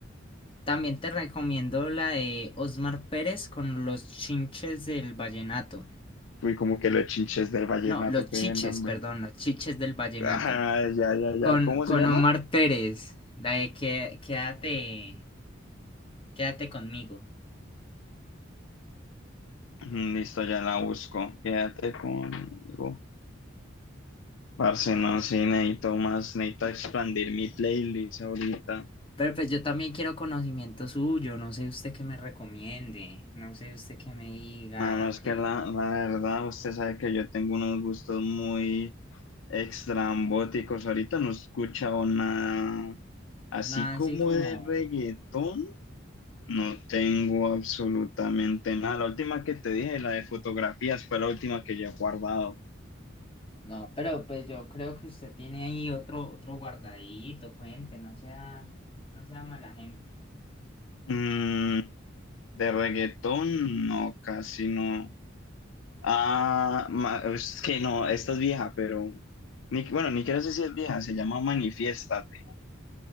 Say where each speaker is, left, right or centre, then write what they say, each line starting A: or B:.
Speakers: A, on the left (about 25°); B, on the left (about 75°).
A: también te recomiendo la de Osmar Pérez con Los Chinches del Vallenato.
B: Fui como que los chinches del vallenato,
A: No, los
B: qué
A: chiches,
B: nombre.
A: perdón, los chiches del vallenato.
B: Ah, ya, ya,
A: Con,
B: ya. ¿Cómo
A: con
B: se llama?
A: Omar Pérez, la de que, quédate, quédate conmigo.
B: Mm, Listo, ya la busco. Quédate conmigo. Parce, no, sí, necesito más, necesito expandir mi playlist ahorita.
A: Pero pues yo también quiero conocimiento suyo, no sé usted qué me recomiende, no sé usted qué me diga,
B: Mano, es
A: que
B: que la, la verdad, usted sabe que yo tengo unos gustos muy extrambóticos. Ahorita no he escuchado nada así
A: nada
B: como
A: así como,
B: de reggaetón. No tengo absolutamente nada. La última que te dije, la de fotografías, fue la última que yo he guardado.
A: no, pero pues yo creo que usted tiene ahí otro, otro guardadito, cuente, no sea, no sea mala gente.
B: Mm, de reggaetón, no, casi no. Ah, ma- es que no, esta es vieja, pero ni, bueno, ni quiero decir si es vieja, se llama Manifiéstate.